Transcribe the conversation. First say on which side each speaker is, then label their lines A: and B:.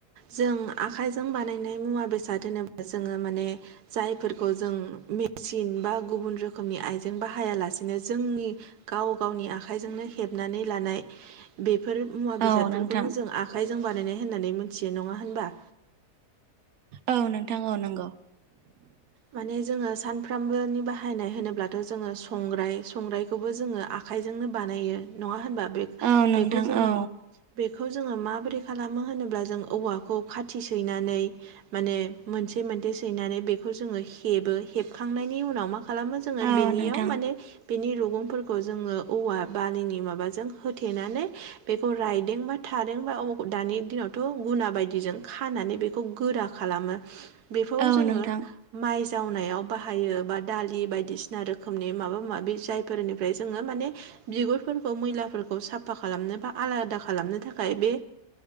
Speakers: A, on the right; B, on the right.
A: जों आखाइजों बानायनाय मुवा बेसाद होनोबा जोङो माने जायफोरखौ जों मेचिन बा गुबुन रोखोमनि आइजें बाहायालासेनो जोंनि गाव गावनि आखाइजोंनो हेबनानै लानाय बेफोर मुवा बेसादफोरखौनो
B: औ नोंथां
A: जों आखाइजों बानायनाय होननानै मिथियो नङा होनबा।
B: औ नोंथां औ नंगौ।
A: माने जोङो सानफ्रामबोनि बाहायनाय होनोब्लाथ' जोङो संग्राय संग्रायखौबो जोङो आ आखाइजोंनो बानायो नङा होनबा बे
B: औ नोंथां
A: बेखौ जोङो
B: औ
A: बेखौ जोङो माबोरै खालामो होनोब्ला जों औवाखौ खाथि सैनानै माने मोनसे मोनसे सैनानै बे बेखौ जोो हेबो हेबखांनायनि उनाव मा खालामो जोङो
B: औ
A: बेनियाव
B: नोंथां
A: माने बिनि रुगुंफोरखौ जोङो औवा बालिनि माबाजों होथेनानै बेखौ रायदों बा थादों बा अ दानि दिनावथ' गुना बायदिजों खानानै बेखौ गोरा खालामो बेखौ
B: औ
A: जोङो
B: नोंथां
A: माइ जावनायाव बाहायो बा दालि बायदिसिना रोखोमनि माबा माबि जाय फोरनिफ्राय जोङो माने बिगुरफोरखौ मैलाफोरखौ साफा खालामनो बा आलादा खालामनो थाखाय बे